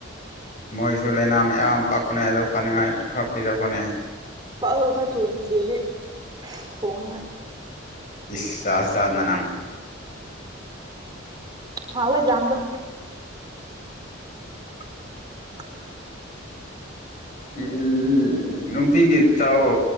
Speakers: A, on the left; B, on the right.
A: ꯃꯣꯏꯁꯨ ꯂꯩꯥꯏꯅꯥ ꯑꯌꯥꯝ ꯄꯥꯛꯄꯅꯦ ꯑꯗꯨꯗ ꯐꯅꯤꯡꯉꯥꯏ ꯈꯔ ꯄꯤꯖꯈꯣꯠꯅꯦ
B: ꯀ ꯀ ꯀꯥ ꯇꯣꯡꯅꯤꯁꯤꯦꯗꯤꯦ ꯇꯣꯡꯉ
A: ꯁꯁꯥꯗꯅꯝ
B: ꯍꯥꯎꯕꯣꯏ ꯌꯥꯝꯗ <inaudible> <unintelligible>
A: ꯎꯝꯝ ꯅꯨꯡꯇꯤꯒꯤ ꯆꯥꯛꯣ